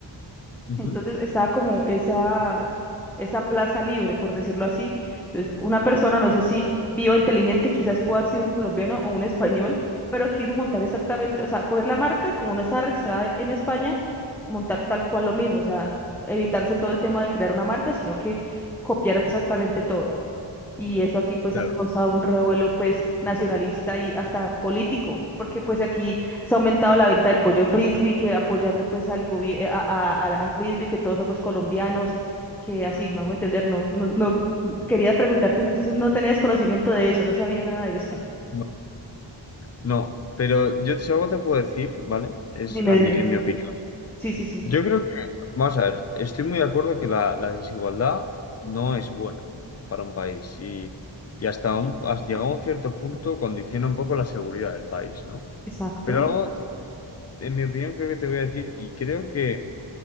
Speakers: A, on the left; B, in the centre.
A: ujú.
B: Entonces estaba como esa, esa plaza libre, por decirlo así. Entonces, una persona, no sé si vivo inteligente, quizás puede haber sido un colombiano o un español, pero quiso montar exactamente, o sea, coger la marca y como no está registrada en España, montar tal cual lo mismo, o sea, evitarse todo el tema de crear una marca, sino que copiar exactamente todo. Y eso aquí pues
A: Claro.
B: ha causado un revuelo pues nacionalista y hasta político, porque pues aquí se ha aumentado la venta del pollo frisbee, que apoyando pues al gobierno, a, a, a- a frisbee, que todos somos colombianos, que así, me hago entender, no, no, no, quería preguntarte, entonces no tenías conocimiento de eso, no sabía nada de eso.
A: No, no, pero yo si algo te puedo decir, ¿vale? Es
B: Dime,
A: a
B: dime.
A: mí, en mi opinión.
B: Sí, sí, sí.
A: Yo creo que, vamos a ver, estoy muy de acuerdo que la, la desigualdad no es buena para un país y, y hasta, un, has llegado a un cierto punto condiciona un poco la seguridad del país, ¿no?
B: Exacto.
A: Pero algo, en mi opinión, creo que te voy a decir, y creo que,